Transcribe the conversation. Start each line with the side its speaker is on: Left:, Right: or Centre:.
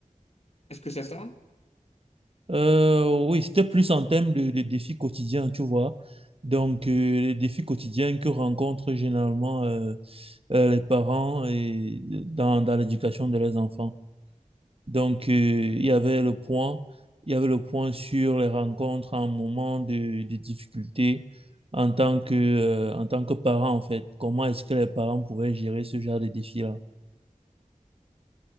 Left: est-ce que c'est ça?
Right: Euh, oui, c'était plus en termes de, de défis quotidiens, tu vois. Donc, euh, les défis quotidiens que rencontrent généralement euh, euh, les parents et dans, dans l'éducation de leurs enfants. Donc, euh, il y avait le point, il y avait le point sur les rencontres en moment de, de difficulté en tant que, euh, en tant que parent, en fait. Comment est-ce que les parents pouvaient gérer ce genre de défi-là?